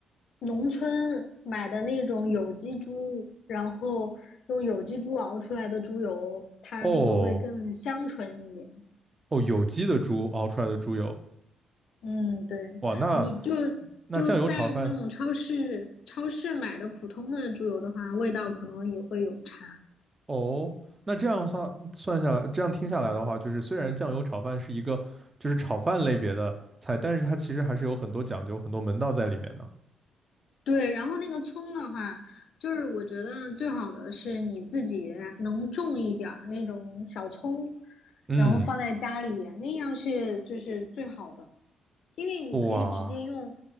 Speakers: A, on the left (about 65°); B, on the right (about 20°).
A: 农村买的那种有机猪，然后用有机猪熬出来的猪油，它那个会更香醇一点。
B: 哦哦，有机的猪熬出来的猪油，
A: 嗯，对，
B: 哇，那
A: 你就
B: 那酱油炒饭。
A: 就在那种超市超市买的普通的猪油的话，味道可能也会有差。
B: 哦，那这样算算下来，这样听下来的话，就是虽然酱油炒饭是一个就是炒饭类别的菜，但是它其实还是有很多讲究、很多门道在里面的。
A: 对，然后那个葱的话，就是我觉得最好的是你自己能种一点儿那种小葱，
B: 嗯，
A: 然后放在家里，那样是就是最好的，因为你可以直接用
B: 哇，